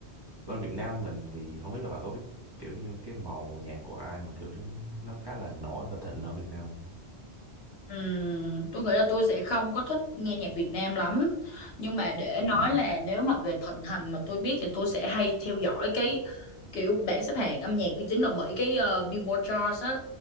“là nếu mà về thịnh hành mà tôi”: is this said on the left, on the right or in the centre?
Left